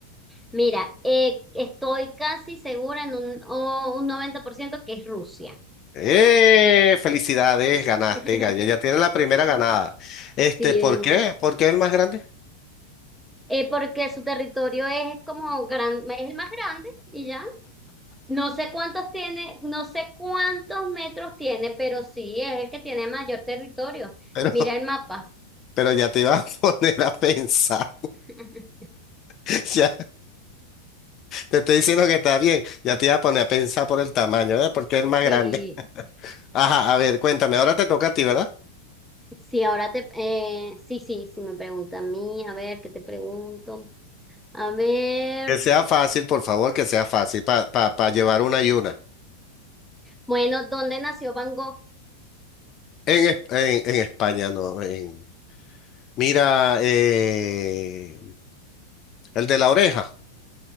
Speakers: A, in the centre; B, on the left.
A: Mira, eh, estoy casi segura en un, o un 90% que es Rusia.
B: ¡Eh! Felicidades, ganaste,
A: <laughs>
B: Gaya. Ya tienes la primera ganada. Este,
A: Sí,
B: ¿por qué? ¿Por qué es el más grande?
A: eh, porque su territorio es como gran, es el más grande y ya. No sé cuántos tiene, no sé cuántos metros tiene, pero sí es el que tiene mayor territorio.
B: Pero
A: Mira el mapa.
B: Pero ya te iba a <laughs> poner a pensar.
A: <laughs>
B: Ya te estoy diciendo que está bien. Ya te iba a poner a pensar por el tamaño, ¿verdad? Porque es el más
A: Sí,
B: grande. <laughs> Ajá, a ver, cuéntame. Ahora te toca a ti, ¿verdad?
A: sí, ahora te, eh, sí, sí, sí me pregunta a mí, a ver, ¿qué te pregunto? A ver,
B: Que sea fácil, por favor, que sea fácil para pa, pa pa llevar una y una.
A: Bueno, ¿dónde nació Van Gogh?
B: En, Es- en, en España, no. En... Mira, eh, el de la oreja.